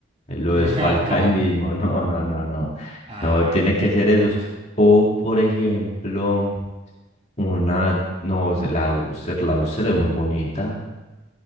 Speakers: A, on the left; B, on the right.
A: Eh, Lo
B: <laughs> Ajá.
A: desfalca <laughs> ahí mismo, no, no, no, no,
B: Ay,
A: no, tiene que ser esos. O, por ejemplo, una, no, o sea, la Duster, la Duster es muy bonita.